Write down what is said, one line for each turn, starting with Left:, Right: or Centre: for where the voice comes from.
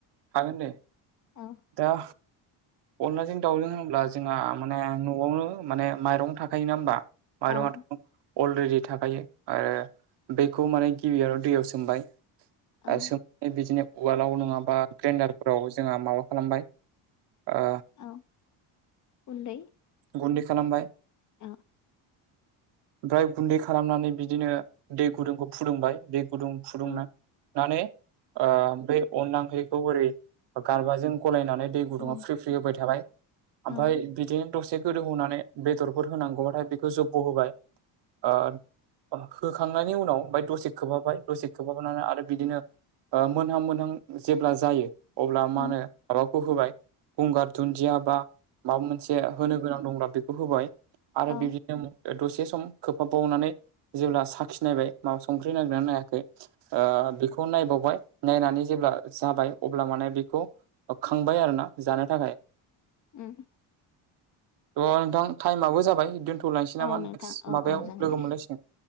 Right: हागोन दे।
Left: औ।
Right: दा अनलाजों दाउजों होनोब्ला जोंहा माने न'आवनो माने माइरं थाखायोना होमबा। माइरंआथ'
Left: औ
Right: अलरेडि थाखायो आरो बेखौ माने गिबियावनो दैयाव सोमबाय।
Left: औ
Right: ओ सोमबाय बिदिनो उवालाव नङाबा ग्रेडारफोराव जोंहा माबा खालामबाय ओ
Left: औ गुन्दै
Right: गुन्दै खालामबाय।
Left: औ।
Right: ओमफ्राय गुन्दै खालामनानै बिदिनो दै गुदुंखौ फुदुंबाय। दै गुदुं फुदुंना
Left: औ
Right: नै ओ बे अनला ओख्रिखौ बोरै गारबाजों गलायनानै दै गुदुङाव
Left: औ
Right: फ्रि फ्रि होबाय थाबाय।
Left: औ
Right: ओमफ्राय बिदिनो दसे गोदौ होनानै बेदरफोर होनांगौबाथाय बेखौ जब्ब' होबाय। ओ होखांनायनि उनाव ओमफ्राय दसे खोबहाबाय दसे खोबहाबानानै आरो बिदिनो ओ मोनहां मोनहां जेब्ला जायो अब्ला
Left: औ
Right: मा होनो रावखौ होबाय गंगार दुन्दिया बा माबा मोन <unintelligible> होनो गोनां दंब्ला बेखौ होबाय आरो
Left: औ
Right: बिदिनो ओ दसे सम खोबहाब बावनानै जेब्ला साखिनायबाय मा संख्रि नांगोनना नायाखै। ओ बेखौ नायबावबाय नायनानै जेब्ला जाबाय अब्ला माने बेखौ ओ खांबाय आरोना जानो थाखाय।
Left: उम।
Right: थ' नोंथां टाइमाबो जाबाय दोनथ'लांसै
Left: औ
Right: नामा
Left: नोंथां
Right: एक्स
Left: औ
Right: माबायाव
Left: औ जागोन
Right: लोगो
Left: दे
Right: मोनलायसिगोन।